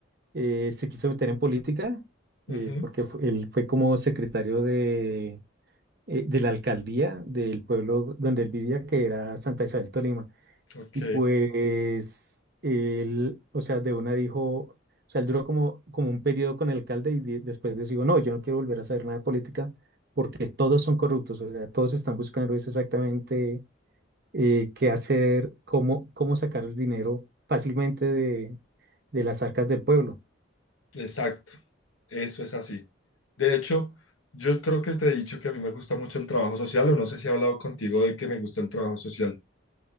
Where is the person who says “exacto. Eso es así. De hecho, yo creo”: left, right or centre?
Left